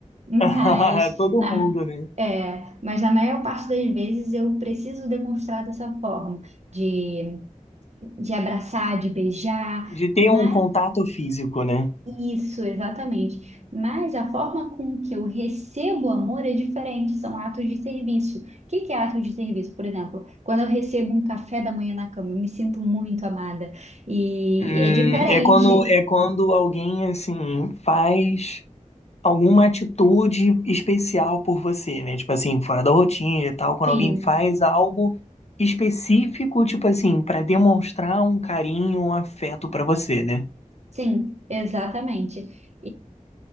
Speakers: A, on the right; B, on the left.
A: Mas
B: <laughs> Todo
A: na-
B: mundo, né?
A: é, mas na maior parte das vezes eu preciso demonstrar dessa forma, de, de abraçar, de beijar,
B: De ter
A: mas
B: um contato físico, né?
A: isso, exatamente. Mas a forma com que eu recebo amor é diferente, são atos de serviço. O que que é ato de serviço? Por exemplo, quando eu recebo um café da manhã na cama, eu me sinto muito amada e,
B: Hum,
A: e é diferente.
B: é quando é quando alguém assim faz alguma atitude especial por você, né? Tipo assim, fora da rotina e tal, quando
A: Sim,
B: alguém faz algo específico, tipo assim, para demonstrar um carinho, um afeto pra você, né?
A: sim, exatamente.